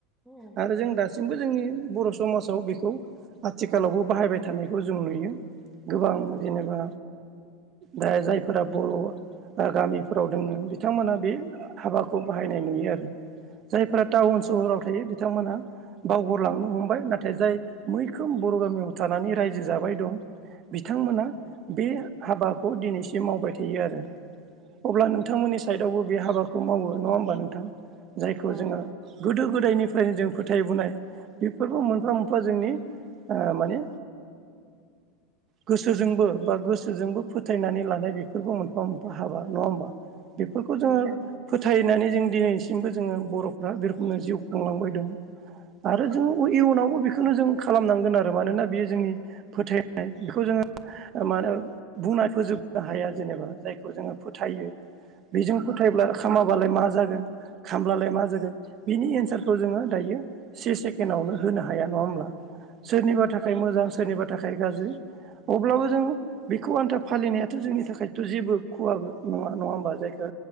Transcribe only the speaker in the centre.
औ
औ
औ
औ
औ